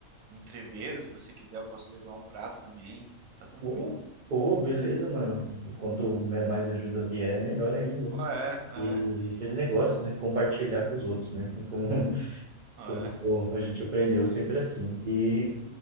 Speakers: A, on the right (about 80°); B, on the right (about 55°).
A: no entreveiro. Se você quiser, eu posso levar um prato também. Tá tranquilo.
B: Pô, pô, beleza, mano. Quanto me- mais ajuda vier, melhor ainda.
A: Ah, é,
B: E
A: é. Aí,
B: aquele negócio,
A: pronto.
B: né? Compartilhar com os outros, né? Como,
A: Ah,
B: <laughs>
A: é.
B: como a gente aprendeu sempre assim. E